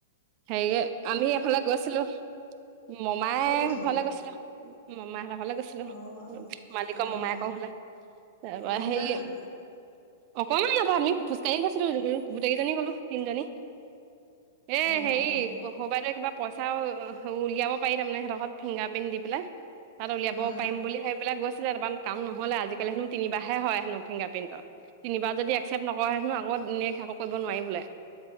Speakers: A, on the right; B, on the left.
A: সেয়ে আমি এফালে গৈছিলো। মমাই
B: ক'ত গৈছিলি?
A: ঘৰলৈ গৈছিলো মামাইহতৰ ঘৰলৈ গৈছিলো
B: অ অ
A: মালিকৰ
B: অ
A: মমাইকৰ
B: অ
A: ঘৰলে। তাপা
B: অ কিমান
A: হেৰি
B: দূৰ
A: অকণমান আক আমি খোজকাঢ়ি গৈছিলোঁ গোটেইজনী গ'লো তিনজনী এ
B: অ
A: হেৰি
B: অ
A: সউবাইদেওৱে কিবা পইচা উলিয়াব পাৰি তাৰমানে সেতঘৰত ফিংগাৰ প্ৰিন্ট দি পেলাই তাত উলিয়াব
B: অ
A: পাৰিম বুলি ভাবি পেলাইগৈছিলে তাৰপা কাম নহ'লে আজিকালি হেনো তিনিবাহে হয় হেনো ফিংগাৰ প্ৰিণ্টৰ তিনিবাৰ যদি একচেপ্ট নকৰে হেনো আকৌ নেক্স আকৌ কৰিব নোৱাৰি বোলে